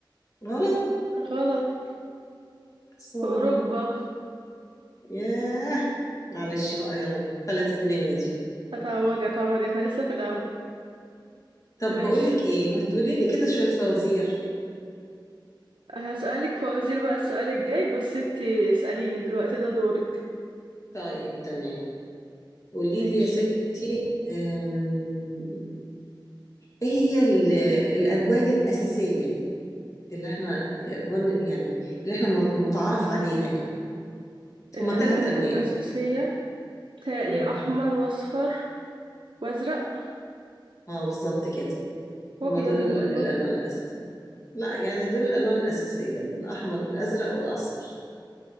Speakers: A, on the left; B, on the right.
A: غلط
B: غلط
A: خسارة
B: في أوروبا
A: ياه معلش بقى يلا فلتت مني دي
B: هتعوضي هتعوضي احنا لسه في الأول
A: طب
B: ماشي
A: بقول لك إيه ما تقولي لي كده شوية فوازير
B: هسألك فوازير بقى السؤال الجاي بس انتي اسأليني دلوقتي ده دورك
A: طيب تمام قولي
B: ماشي
A: لي يا ست آم، إيه هي ال- الألوان الأساسية اللي احنا الألوان يعني اللي احنا متعارف عليها يعني
B: الألوان
A: هما ثلاث ألوان
B: الأساسية بتهيألي
A: امم
B: أحمر وأصفر وأزرق
A: اه بالظبط كده
B: وأبيض
A: هما دول
B: المفروض
A: الألوان الأساسية لا يعني دول الألوان الأساسية الأحمر والأزرق والأصفر